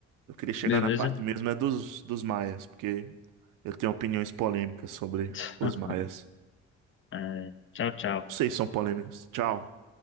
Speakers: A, on the right; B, on the left.
A: Eu queria chegar
B: Beleza?
A: na parte mesmo é dos, dos maias, porque eu tenho opiniões polêmicas sobre
B: <laughs>
A: os maias.
B: É, tchau, tchau.
A: Vocês são polêmicas. Tchau.